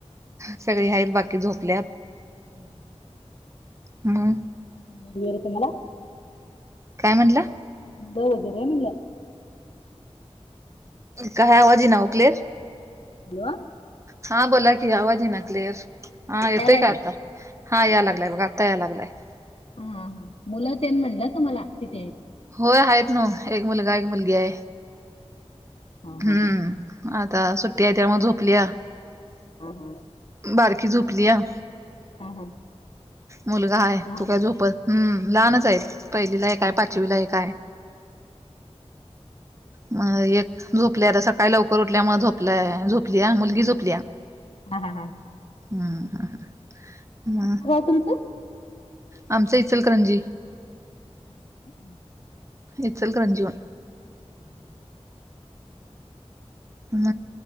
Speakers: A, on the right; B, on the left.
A: सगळी आहेत बाकी झोपल्यात
B: हम्
A: म
B: <inaudible> ला
A: काय म्हणला
B: बरोबर आहे म्हणलं
A: काय आवाज येईना ओ क्लिअर.
B: हॅलो
A: हा बोला की आवाज येईना क्लिअर हा
B: आता
A: येतोय
B: यालाय
A: का
B: काय
A: आता. हां याय लागला आहे बघा आत्ता याय लागलं आहे
B: ह हां मुलं ते म्हणलं तुम्हाला किती आहेत
A: होय आहेत नव्ह एक मुलगा एक मुलगी आहे
B: हा
A: हम्म
B: हा
A: आता सुट्टी आहे त्यामुळे झोपलीया
B: ह हा
A: बारकी झोपलीया
B: हा हा
A: मुलगा आहे
B: लहान
A: तू काय
B: आहेत
A: झोप हम लहानच आहे पहिलीला एक
B: हा
A: आहे
B: हा
A: पाच वी ला एक आहे म एक झोपल्या आता सकाळी लवकर उठल्यामुळे झोपलाय झोपलीया मुलगी झोपलीया
B: हा हा हां
A: हम हा ह म
B: कुठलं गाव तुमचं
A: आमचं इचलकरंजी
B: ह ह
A: इचलकरंजी
B: हम्
A: म